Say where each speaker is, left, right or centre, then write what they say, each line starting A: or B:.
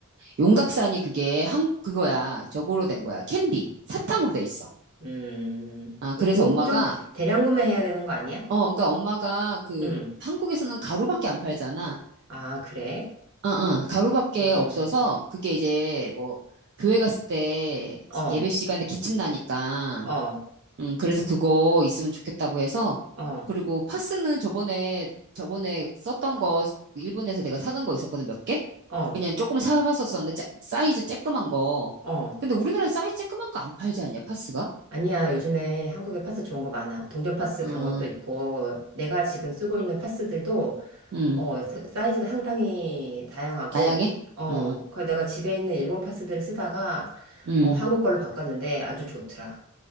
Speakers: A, on the right; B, on the right.
A: 용각산이 그게 한, 그거야. 저거로 된 거야. 캔디. 사탕으로 돼 있어.
B: 음,
A: 아,
B: 그
A: 그래서
B: 그
A: 엄마가,
B: 좀 대량 구매해야 되는 거 아니야?
A: 어, 그러니까 엄마가 그
B: 응.
A: 한국에서는 가루밖에 안 팔잖아.
B: 아, 그래?
A: 어, 어, 가루밖에
B: 음,
A: 없어서 그게 이제 뭐 교회 갔을 때
B: 어,
A: 예배 시간에 기침 나니까
B: 어,
A: 음 그래서 그거 있으면 좋겠다고 해서
B: 어,
A: 그리고 파스는 저번에 저번에 썼던 거 일본에서 내가 사간 거 있었거든 몇 개?
B: 어,
A: 그냥 조금 사갔었었는데 짜- 사이즈 쬐끄만 거.
B: 어.
A: 근데 우리나라에 사이즈 쬐끄만 거 안 팔지 않냐 파스가?
B: 아니야, 요즘에 한국에 파스 좋은 거 많아. 동전 파스
A: 어
B: 그런 것도 있고, 내가 지금 쓰고 있는 파스들도,
A: 음
B: 어, 사- 사이즈가 상당히 다양하고,
A: 다양해?
B: 어,
A: 어
B: 그 내가 집에 있는 일본 파스들을 쓰다가,
A: 음,
B: 어, 한국 걸로 바꿨는데 아주 좋더라.